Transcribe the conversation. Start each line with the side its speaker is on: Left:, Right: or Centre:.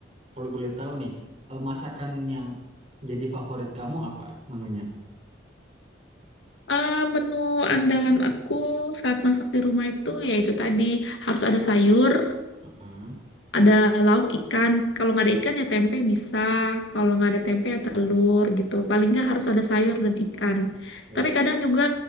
Right: kalau boleh tahu nih, eh, masakan yang jadi favorit kamu apa menunya?
Left: Eh, menu andalan aku saat masak di rumah itu ya itu tadi harus ada sayur,
Right: Heeh.
Left: ada lauk ikan kalau nggak ada ikan ya tempe bisa kalau nggak ada tempe ya telur gitu paling nggak harus ada sayur dan ikan
Right: Oh
Left: tapi
Right: iya
Left: kadang juga